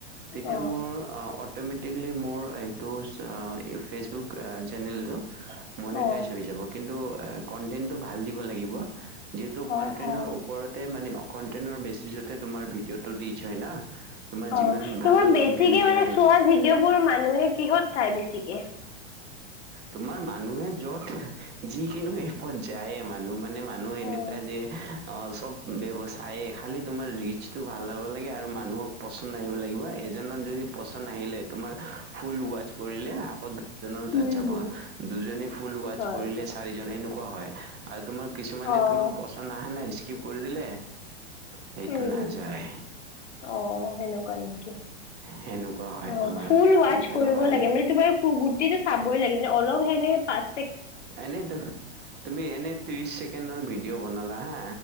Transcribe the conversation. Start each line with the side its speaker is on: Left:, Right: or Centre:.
Right: তেতিয়া
Left: অ
Right: মোৰ অট'মেটিকেলি মোৰ এইটো ফেচবুক চেনেলটো মনেটাইজ
Left: অ
Right: হৈ যাব কিন্তু কনটেনটো ভাল দিব লাগিব। যিহেতু
Left: অ
Right: কন্টেইনৰ
Left: অ
Right: ওপৰতে মানে অ কণ্টেনৰ বেচিছতে তোমাৰ ভিডিঅ'টো ৰিজ হয় না তোমাৰ
Left: অ
Right: যিমান
Left: তোমাৰ
Right: ভাল
Left: বেছিকে
Right: কন্টেন্ট দিয়া
Left: মানে চোৱা ভিডিঅ'বোৰ মানুহে কিহত চাই বেছিকে
Right: তোমাৰ মানুহে য'ত যিকিনো এপত যায়ে মানুহ মানে নে মানুহ
Left: হয়
Right: এনেকুৱাই যে অ চব ব্যৱচায়ে কালি তোমাৰ ৰিচটো ভাল হ'ব লাগে আৰু মানুহক পচন্দ আহিব লাগিব এজনৰ যদি পচন্দ আহিলে তোমাৰ ফুল ৱাছ কৰিলে আগত জনৰ তাত
Left: উম
Right: যাব
Left: হম
Right: দুজনে ফুল ৱাচ
Left: হয়
Right: কৰিলে চাৰিজন এনেকুৱা হয় আৰু তোমাৰ কিছুমানে
Left: অ
Right: তোমাক পচন্দ অহা নাই স্কিপ কৰি দিলে সেইটো
Left: উম
Right: নাযায়
Left: উম অ সেনেকুৱা নেকি,
Right: সেনেকুৱা হয়
Left: অ
Right: তোমাৰ
Left: ফুল ৱাচ
Right: এনেকুৱা
Left: কৰিব
Right: বাৰী
Left: লাগে মানে তোমাৰ ফু বো ইটো চাবই লাগে মানে অলপ হেনে পাচ
Right: এনে ধৰ তুমি এনে ত্ৰিশ ছেকেণ্ডৰ ভিডিঅ' বনালা হা